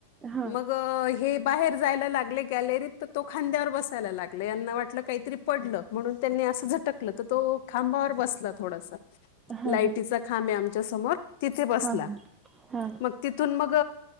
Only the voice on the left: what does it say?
मग हे बाहेर जायला लागले गॅलरीत तर तो खांद्यावर बसायला लागले यांना वाटलं काहीतरी पडलं म्हणून त्यांनी असं झटकलं तर तो खांबावर बसला थोडासा
लायटीचा
खांब आमच्या समोर तिथे बसला
मग तिथून मग